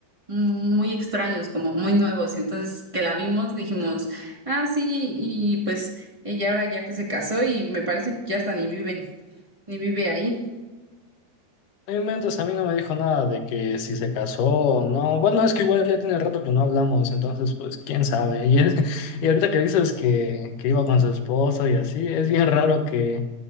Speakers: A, on the right; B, on the left.
A: muy extraños, como muy nuevos. Entonces, que la vimos, dijimos, ah, sí, y pues ella ahora ya que se casó y me parece que ya hasta ni viven, ni vive ahí.
B: No inventes, a mí no me dijo nada de que si se casó o no. Bueno, es que igual ya tiene rato que no hablamos, entonces pues quién sabe. Y, él- <laughs> y ahorita que dices que, que iba con su esposo y así, es bien raro que,